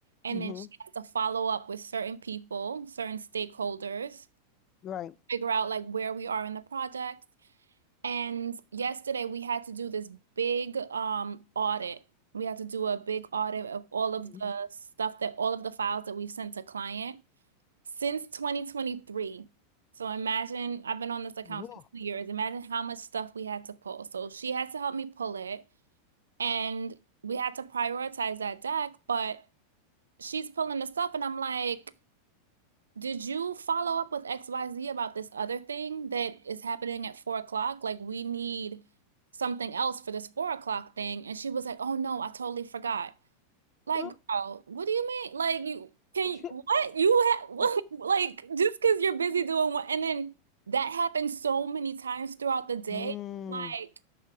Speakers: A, on the right (about 80°); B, on the left (about 35°).
A: and
B: mhm,
A: then she has to follow up with certain people certain stakeholders
B: right.
A: figure out like where we are in the project and yesterday we had to do this big um audit we had to do a big audit of all of
B: Mm-hmm.
A: the stuff that all of the files that we've sent to client since 2023. So imagine I've been on this account
B: Oh,
A: for two years. Imagine how much stuff we had to pull. So she had to help me pull it, and we had to prioritize that deck, but she's pulling the stuff, and I'm like, did you follow up with XYZ about this other thing that is happening at four o'clock? Like, we need something else for this four o'clock thing. And she was like, oh no, I totally forgot. Like,
B: uh,
A: girl, what do you mean? Like, you can
B: shit.
A: you, what you have <laughs> what,
B: Oh,
A: like just because you're
B: yeah.
A: busy doing what, and then that happens so many times throughout the day.
B: Mm.
A: Like,